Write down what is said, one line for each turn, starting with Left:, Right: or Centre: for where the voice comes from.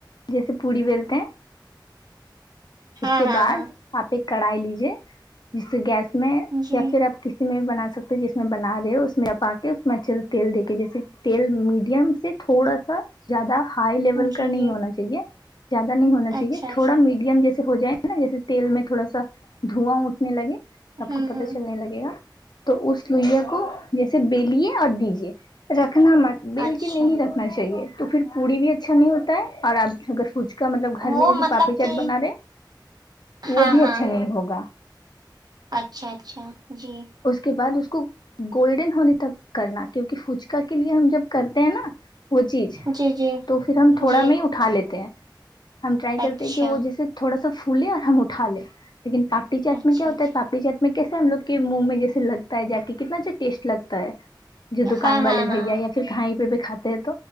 Left: جیسے پوری بیلتے ہیں اس
Right: ہاں
Left: کے
Right: ہاں
Left: بعد
Right: ہاں
Left: آپ ایک کڑھائی لیجیے جس سے گیس میں
Right: جی
Left: یا پھر آپ کسی میں بھی بنا سکتے جس میں بنا رہے ہو اس میں اپ آ کے اس میں اچھے سے تیل دے کے جیے تیل میڈیم ایک تھوڑا سا زیادہ ہائی لیول
Right: جی
Left: کا نہیں
Right: جی
Left: ہونا چاہیے زیادہ نہیں ہونا چاہیے
Right: اچھا اچھا
Left: تھوڑا میڈیم جیسے ہو جائے نا جیسے تیل میں تھوڑا سا دھواں اٹھنے لگے سب
Right: ہوں
Left: کو پتہ
Right: ہوں
Left: چلنے لگے گا تو اس لوئییا کو جیسے بلیے اور دیجے رکھنا مت بیل
Right: اچھا
Left: کے نہیں رکھنا چاہیے تو پھر پوڑی بھی اچھا نہیں ہوتا ہے اور آپ اگر فج کا مطلب گھر
Right: وہ
Left: میں جیسے
Right: مطلب
Left: پاپڑی چاٹ
Right: کہ
Left: بنا رہے
Right: ہاں
Left: وہ بھی
Right: ہاں
Left: اچھا نہیں ہوگا
Right: اچھا اچھا جی
Left: اس کے بعد اس کو گولڈن ہونے تک کرنا کیونکہ فچکا کے لیے ہم جب کرتے ہیں نا وہ چیز
Right: جی جی
Left: تو پھر ہم تھوڑا
Right: جی
Left: میں اٹھا لیتے ہیں ہم ٹرائی کرتے
Right: اچھا
Left: ہیں کہ وہ جیسے تھوڑا سا پھولے اور ہم اٹھا لیں لیکن پا پڑی چاٹ
Right: اچھا
Left: میں کیا ہوتا
Right: اچھا
Left: ہے پاپڑی چاٹ میں کیسے ہم لوگ کے منہ میں جیسے لگتا ہے جا کے کتنا اچھا ٹیسٹ لگتا ہے جو دکان
Right: ہاں
Left: والے
Right: ہاں
Left: بھیا
Right: ہاں
Left: یا پھر کہیں پہ بھی کھاتے ہیں